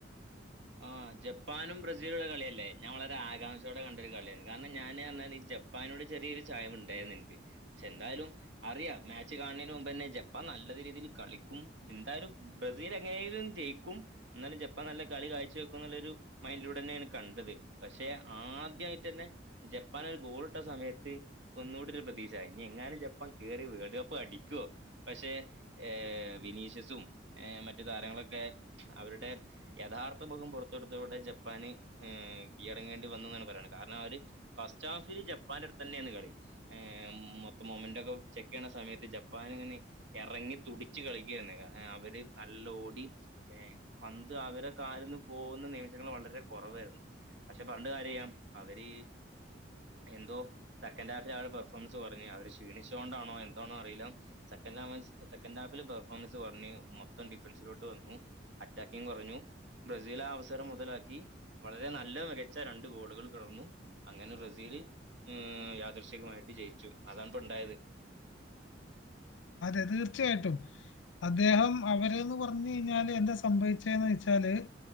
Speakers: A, on the right; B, on the left.
A: ആഹ് ജപ്പാനും ബ്രസീലുള്ള കളിയല്ലേ ഞാൻ വളരെ ആകാംക്ഷയോടെ കണ്ടൊരു കളിയാണ് കാരണം ഞാൻ എന്നാലേ ഈഹ് ജപ് ജപ്പാനോട് ചെറിയൊരു ചായം ഉണ്ടായിരുന്നു എനിക്ക് പക്ഷെ എന്തായാലും അറിയാം മാച്ച് കാണുന്നെന് മുമ്പ് തന്നെ ജപ്പാൻ നല്ല രീതിയിലു കളിക്കും എന്തായാലും ബ്രസീൽ എങ്ങനേലും ജയിക്കും എന്നാലും ജപ്പാൻ നല്ല കളി കാഴ്ച ച്ചു വെക്കുന്നുള്ളൊരു മൈൻഡിലൂടന്നെയാണ് കണ്ടത് പക്ഷേ ആദ്യായിട്ടന്നെ ജപ്പാനൊരു ഗോള്ട്ട സമയത്ത് ഒന്നൂടൊരു പ്രതീക്ഷ ഇനി എങ്ങാനും ജപ്പാൻ കേറി വേൾഡ് കപ്പ് അടിക്കുവോ പക്ഷേ ഏഹ്, വിനീഷ്യസും ഏഹ് മറ്റു താരങ്ങളൊക്കെ അവരുടെ യഥാർ <unintelligible> പൊറത്തെടുത്തതോടെ ജപ്പാന് ഏഹ് കീഴടങ്ങേണ്ടി വന്നൂന്നാണ് പറയണേ കാരണം അവര് ഫസ്റ്റ് ഹാഫില് ജപ്പാന്റടുത്തന്നെയാണ് കളി ഏഹ് മൊത്തം മൊമന്റോക്കെ ചെക്ക് ചെയ്യണ സമയത്ത് ജപ്പാനെ ഇങ്ങനെ എറങ്ങി തുടിച്ച് കളിക്കേണ് അവര് നല്ലോടി പന്ത് അവര കാലിന്ന് പോകുന്ന നിമിഷങ്ങള് വളരെ കൊറവായിരുന്നു പക്ഷെ പറഞ്ഞിട്ട് കാര്യല്ലാ അവര് എന്തോ സെക്കൻഡ് ഹാഫില് അവര പെർഫോമൻസ് കൊറഞ്ഞു അവര് ക്ഷീണിച്ചോണ്ടാണോ എന്തൊണോ അറിയില്ല സെക്കൻഡ് അവൻസ് സെക്കൻഡ് ഹാഫില് പെർഫോമൻസ് കൊറഞ്ഞ് മൊത്തം ഡിഫൻസിലോട്ട് വന്നു അറ്റാക്കിങ്ങ് കൊറഞ്ഞു ബ്രസീല് ആ അവസരം മുതലാക്കി വളരെ നല്ല മികച്ച രണ്ട് ഗോളുകൾ തുടർന്നു അങ്ങനെ ബ്രസീല് മ്ഹ് യാദൃച്ചികമായിട്ട് ജയിച്ചു അതാണിപ്പോ ഉണ്ടായത്
B: അതെ തീർച്ചയായിട്ടും അദ്ദേഹം അവര്ന്ന് പറഞ്ഞ് കഴിഞ്ഞാല് എന്താ സംഭവിച്ചേന്ന് വെച്ചാല്